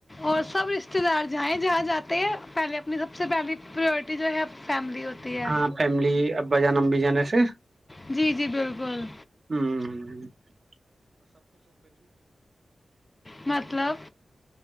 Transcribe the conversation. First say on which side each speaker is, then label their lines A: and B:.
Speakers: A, on the left; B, on the right.
A: اور سب ار جائیں جہاں جات پہلے اپنی سب سے پہلی پرورٹی جو ہے فیملی ہوتی ہے
B: ہاں فیملی ابا جان ہم بھی جانے سے
A: جی جی بالکل
B: ہوں ہ ہ
A: مطلب